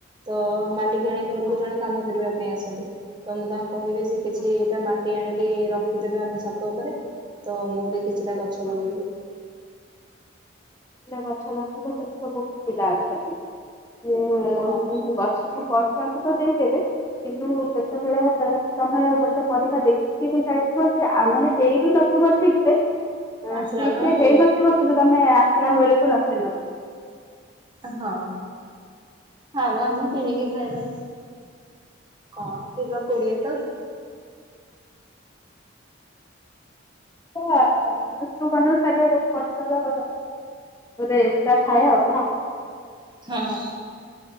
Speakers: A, on the right (about 25°); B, on the left (about 15°).
A: ତ ମାଲିକି ଆଣି ଘରକୁ
B: ହଁ,
A: ଜଣେ କାମ କରିବା ପାଇଁ ଆସନ୍ତି। ତ ମୁଁ ତାଙ୍କୁ କହିବି ସେ କିଛିଟା
B: ହଁ,
A: ମାଟି ଆଣିକି ରଖିଦେବେ ଆମ ଛାତ ଉପରେ। ତ ମୁଁ ବି କିଛିଟା ଗଛ
B: ହଁ।
A: ଲଗେଇବି।
B: ଗଛ ଲତା ବି ସେଠି ତ ବହୁତ ପିଲା ଅଛନ୍ତି ମ
A: ହଁ
B: ଗଛକୁୁ ପ ସ ତ ଦେଇଦେବେ କିନ୍ତୁ କେତେବେଳେ ତମେ ଗୋଟେ ପରିବା ଦେ ଯାଇଥିବ ସେ ଆମାନେ ହେଇ ବି ନଥିବ ଠିକ ସେ
A: ଆସିଲା
B: ଠିକ
A: ବେଳେ ନଥିବ
B: ରେ ହେଇନଥିବ କିନ୍ତୁ ତମେ ଆସିଲା ବେଳକୁ ନସି ନ
A: ହଁ। ହଉ ଆମେ କିଣିକି ଖାଇବା କଣ କିଲ କୋଡିଏ ତ।
B: ଋତୁ ଅନୁସାରେ ପରିବାର <unintelligible> ଥାଏ ଆଉ ନା।
A: ହଁ।